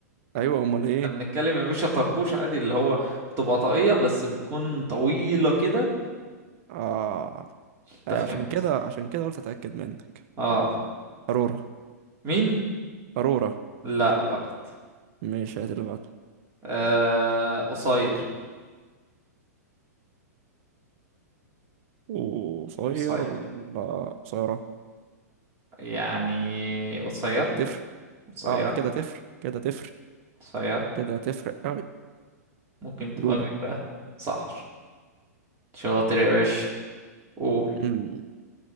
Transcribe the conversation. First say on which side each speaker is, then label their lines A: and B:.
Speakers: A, on the right; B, on the right.
A: ايوه امال ايه
B: احنا بنتكلم يا باشا طربوش عادي اللي هو بتبقى طاقية بس بتكون طويلة كده
A: اه
B: انت
A: أيوة
B: فهمت
A: عشان كده عشان كده قلت اتاكد منك
B: اه
A: قارورة
B: مين
A: قارورة
B: لا غلط
A: مش هات اللي بعده
B: آه قصير
A: وقصير
B: قصير
A: ولا قصيرة
B: يعني قصير
A: تفرق
B: قصير
A: اه كده تفرق كده تفرق
B: قصير
A: كده تفرق اوي
B: ممكن تبقى
A: لولو
B: مين بقى صح شاطر يا باشا قول
A: أمم،